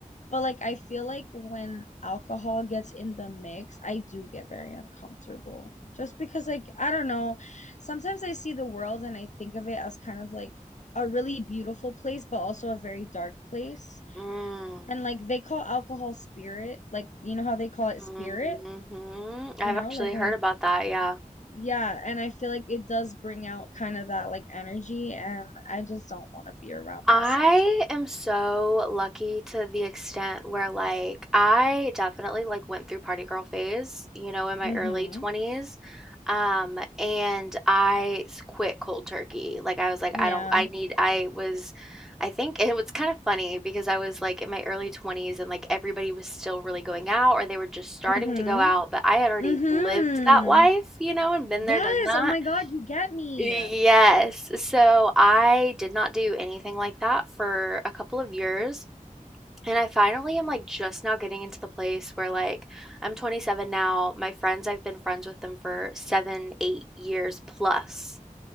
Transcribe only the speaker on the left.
but like I feel like when alcohol gets in the mix, I do get very uncomfortable. Just because like I don't know, sometimes I see the world and I think of it as kind of like a really beautiful place but also a very dark place.
And like they call alcohol spirit, like you know how they call it
spirit,
you know,
like when
you
yeah, and I feel like it does bring out kind of that like energy and I just don't want to be around
that sometimes.
Mm-hmm.
Yeah.
Mm-hmm.
Mm-hmm.
Yes.
Oh my God, you get me.